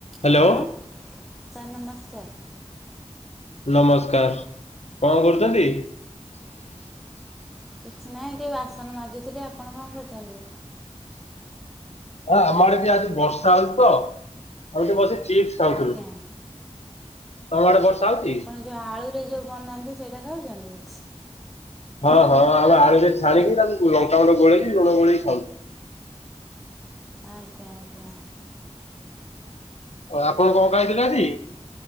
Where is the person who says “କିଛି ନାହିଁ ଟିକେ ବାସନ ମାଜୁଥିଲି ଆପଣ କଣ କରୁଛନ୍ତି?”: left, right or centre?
Centre